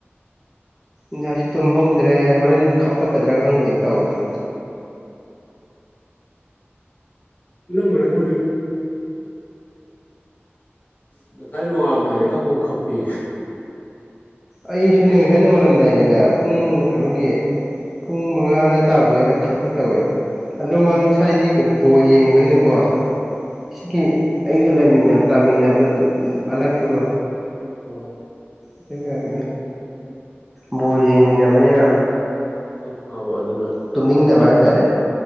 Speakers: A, in the centre; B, on the left.
A: ꯏꯟꯁꯥꯏꯁꯨ ꯇꯨꯝꯍꯧꯗ꯭ꯔꯦ ꯍꯣꯔꯦꯟ ꯍꯥꯄꯛꯀꯗ꯭ꯔꯥ ꯈꯪꯗꯦꯅ ꯇꯧꯔꯤꯁꯦ
B: ꯏ ꯃꯅꯅꯕꯗꯤ ꯉꯁꯥꯏ ꯅꯣꯡꯉꯥꯝꯗꯥꯔꯦ ꯈꯪꯄꯥꯎ ꯈꯞꯄꯤ
A: ꯑꯩꯁꯨꯅꯦ ꯉꯁꯥꯏ ꯅꯣꯡꯉꯥꯜꯂꯝꯗꯥꯏꯒꯤꯅꯦ ꯄꯨꯡ ꯀꯩꯅꯣꯒꯤ
B: ꯎꯝ
A: ꯄꯨꯡ ꯃꯉꯥ ꯑꯗꯨꯋꯥꯏ ꯇꯥꯕꯗ ꯍꯦꯗ ꯈꯞꯄꯤꯦ ꯇꯧꯏꯦ ꯑꯗꯨ ꯃꯃꯥꯡꯗꯤ
B: ꯑꯣ
A: ꯁ꯭ꯋꯥꯏꯗꯤ ꯀꯩꯅꯣ ꯄꯣꯜ ꯌꯦꯡꯕꯅꯤꯅꯀꯣ ꯁꯤꯒꯤ ꯑꯩꯒ ꯂꯩꯃꯤꯟꯅ ꯇꯥꯃꯤꯟꯅꯕꯗ ꯑꯅꯛꯄꯗꯣ
B: ꯑꯣ
A: ꯑꯗꯨ ꯐ ꯕꯣꯔꯤ ꯃꯤꯕꯅꯤꯅ
B: ꯈꯞ ꯐꯕ ꯑꯗꯨꯅ
A: ꯇꯨꯝꯅꯤꯡꯗꯕ ꯍꯥꯏꯇꯥꯔꯦ